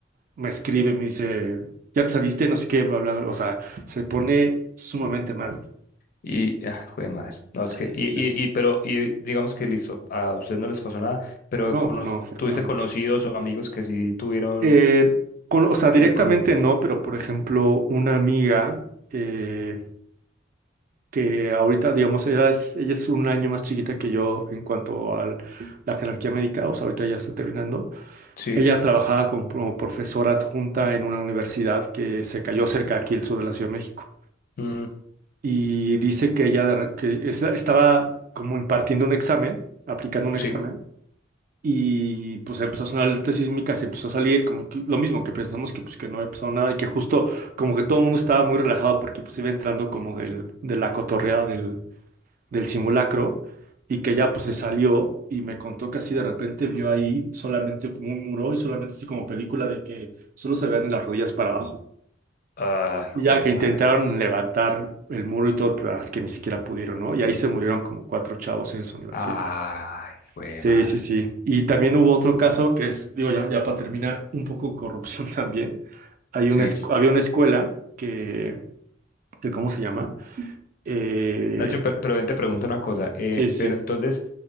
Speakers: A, on the right (about 45°); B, on the left (about 50°).
A: me escribe, me dice, ya te saliste, no sé qué, bla, bla, o sea, se pone sumamente mal.
B: Y, ah, hijo de madre. No, es
A: Sí,
B: que, y,
A: sí,
B: y,
A: sí.
B: y, pero, y digamos que listo, a ustedes no les pasó nada, pero
A: No,
B: con los
A: no, afortunadamente.
B: tuviste conocidos o amigos que sí tuvieron
A: Eh, con- o sea,
B: que
A: directamente
B: ver con él.
A: no, pero por ejemplo, una amiga eh, que ahorita, digamos, ella es, ella es un año más chiquita que yo en cuanto a la jerarquía médica, o sea, ahorita ya está terminando.
B: Sí.
A: Ella trabajaba como, como profesora adjunta en una universidad que se cayó cerca aquí al sur de la Ciudad de México.
B: Mm,
A: Y dice que ella de re- que es- estaba como impartiendo un examen, aplicando un examen.
B: sí.
A: Y pues empezó a sonar alerta sísmica, se empezó a salir, como que lo mismo que pensamos que pues que no había pasado nada y que justo como que todo el mundo estaba muy relajado porque pues iba entrando como del, de la cotorreada del, del simulacro y que ya pues se salió y me contó que así de repente vio ahí solamente como un muro y solamente así como película de que solo se veían de las rodillas para abajo.
B: Ay, hijo
A: Y ya
B: de
A: que
B: madre.
A: intentaron levantar el muro y todo, pero ah, es que ni siquiera pudieron, ¿no? Y ahí se murieron como cuatro chavos en esa universidad.
B: Ay, hijo de
A: Sí,
B: madre.
A: sí, sí. Y también hubo otro caso que es, digo, ya, ya para terminar, un poco corrupción <laughs> también. Hay
B: Sí,
A: una, escu- había una escuela que, que, ¿cómo se llama? Eh,
B: Nacho, pero, pero ven, te pregunto una cosa. eh,
A: sí, sí,
B: pero entonces,